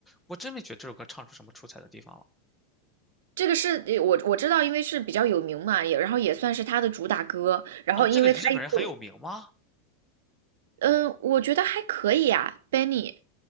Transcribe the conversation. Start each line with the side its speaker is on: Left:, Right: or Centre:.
Centre: 我真没觉得这首歌唱出什么出彩的地方了。
Right: 这个是我我知道，因为是比较有名嘛，也然后也算是他的主打歌，然后因为他又
Centre: 哦，这个日本人很有名吗？
Right: 嗯，我觉得还可以啊，Benny，